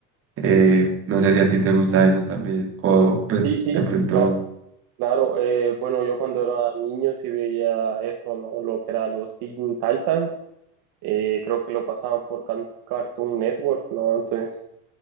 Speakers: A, on the right; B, on the right.
A: eh, no sé si a ti te gusta eso también, o pues
B: sí, sí,
A: de pronto,
B: la- claro. eh, bueno, yo cuando era niño sí veía eso, ¿no? Lo que eran los Teen Titans. eh, creo que lo pasaban por Can- Cartoon Network, ¿no? Entonces,